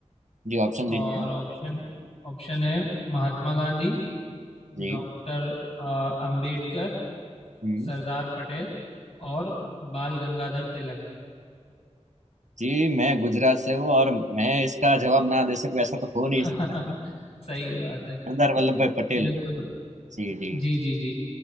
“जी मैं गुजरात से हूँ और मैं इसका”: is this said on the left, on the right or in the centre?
Right